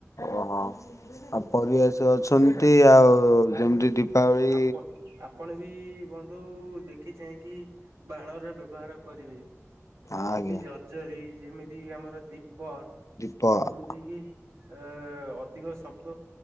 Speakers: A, on the left (about 80°); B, on the right (about 80°).
A: ଓ ହଁ ଆଉ ପରିବାେଶ ଅଛନ୍ତି ନ୍ତି ଆଉ ଯେମିତି ଦୀପାବଳି
B: ଆପଣ ଆପଣ ବି ବନ୍ଧୁ ଦେଖି ଚାହିଁକି ବାଣର ବ୍ୟବହାର କରିବେ
A: ଆଜ୍ଞା
B: ଯେମିତି ଜଜରୀ ଯେମିତି ଆମର ଦୀପ ପ
A: ଦୀପ
B: ଅ ଯେମିତି କି ଅ-ଅଧିକ ଶବ୍ଦ